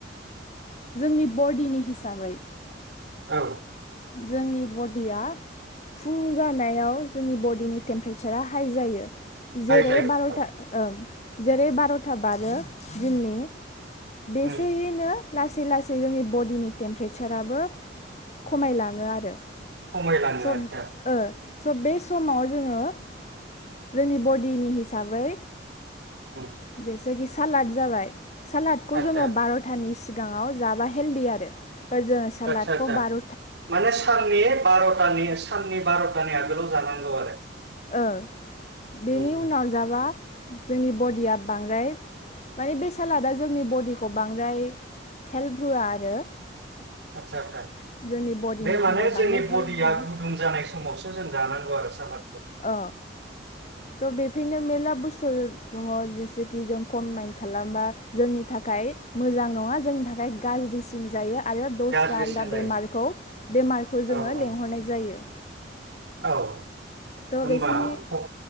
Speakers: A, on the left; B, on the right.
A: जोंनि बडिनि हिसाबै
B: औ।
A: जोंनि बडिया फुं जानायाव जोंनि बडिनि टेम्प्रेसारा हाइ जायो। जेरै
B: हाय जायो
A: बार'था
B: औ
A: ओं जेरै बार'था बारो जोंनि बेसेहिनो
B: उम
A: लासै लासै जोंनि बडिनि टेम्प्रेसाराबो खमायलाङो आरो।
B: खमायलाङो
A: स' ओ
B: आतसा।
A: स' बे समाव जोङो जोंनि बडिनि हिसाबै
B: उम
A: <unintelligible> <unintelligible> सालाद जाबाय। सालादखौ
B: आदसा
A: जोङो बार'थानि सि सिगाङाव जाबा हेल्डि आरो। फोर जोङो सालादखौ
B: आदसा आदसा
A: बार'
B: माने साननि बार'थानि साननि बार' थानि आगोलाव जानांगौ आरो।
A: ओ बेनि
B: उम उम
A: उनाव जाबा जोंनि बडिया बांद्राय माने बे सालादा जोंनि बडिखौ बांद्राय हेल्प होआ आरो।
B: आतसा आतसा।
A: जोंनि बडिनि
B: बे माने
A: थाखाय बांद्राय
B: जोंनि
A: हेल्प
B: बडिया
A: जाया
B: गुदुं जानाय समावसो जों जानांगौ आरो सालाद
A: अ थ' बेफोरनो मेरला बुस्थु दङ जेसेखि जों कमबाइन खालामबा जोंनि थाखाय मोजां नङा जोंनि थाखाय गाज्रिसिन जायो। आरो दस्रा
B: गाज्रिसिन
A: आलदा
B: जायो
A: बेमारखौ बेमारखौ जोंङो
B: औ औ
A: लेंहरनाय जायो।
B: औ
A: थ'
B: होमबा
A: बेसेहि
B: ह